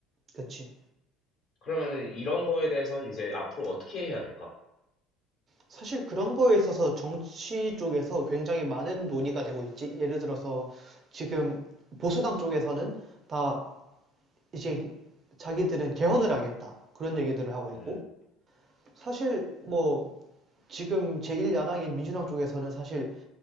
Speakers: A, on the right; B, on the left.
A: 그치.
B: 그러면은 이런 거에 대해서는 이제 앞으로 어떻게 해야 될까?
A: 사실 그런 거에 있어서 정치 쪽에서 굉장히 많은 논의가 되고 있지. 예를 들어서 지금 보수당 쪽에서는 다 이제 자기들은 개헌을 하겠다. 그런 얘기들을 하고
B: 음,
A: 있고. 사실 뭐 지금 제1야당인 민주당 쪽에서는 사실